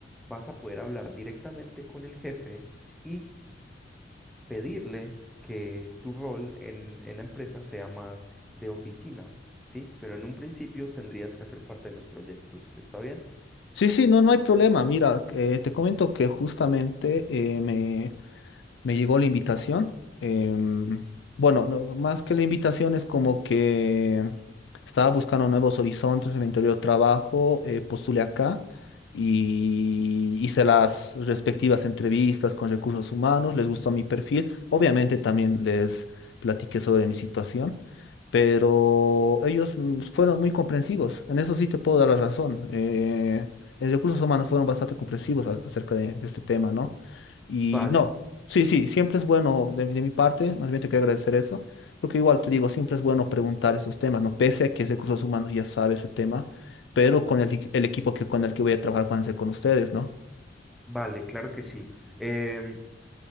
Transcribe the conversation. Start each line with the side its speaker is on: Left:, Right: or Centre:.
Centre: vas a poder hablar directamente con el jefe y pedirle que tu rol en, en la empresa sea más de oficina, ¿sí? Pero en un principio tendrías que hacer parte de los proyectos, ¿está bien?
Left: Sí, sí, no, no hay problema. Mira, eh, te comento que justamente eh, me, me llegó la invitación. em, bueno, no, más que la invitación es como que estaba buscando nuevos horizontes en mi anterior trabajo, eh, postulé acá y hice las respectivas entrevistas con recursos humanos, les gustó mi perfil. Obviamente también les platiqué sobre mi situación, pero ellos mm, fueron muy comprensivos. En eso sí te puedo dar la razón. eh, en recursos humanos fueron bastante comprensivos a- acerca de de este tema, ¿no? Y
Centre: Vale,
Left: no. Sí, sí, siempre es bueno de, de mi parte, más bien te quiero agradecer eso, porque igual te digo, siempre es bueno preguntar esos temas, ¿no? Pese a que es de recursos humanos ya sabe ese tema, pero con el, equi- el equipo que, con el que voy a trabajar van a ser con ustedes, ¿no?
Centre: vale, claro que sí. Em,